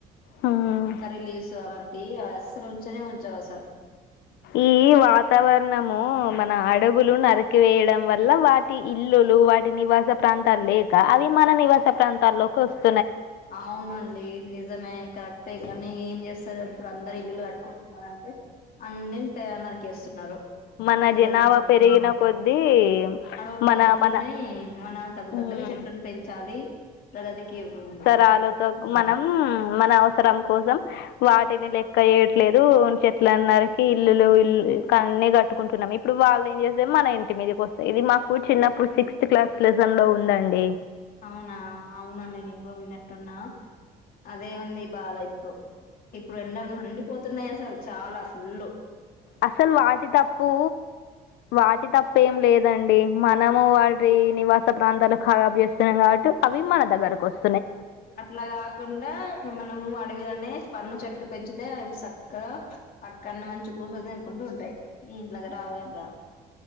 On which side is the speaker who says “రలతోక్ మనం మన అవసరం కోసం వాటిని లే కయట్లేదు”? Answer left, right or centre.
Left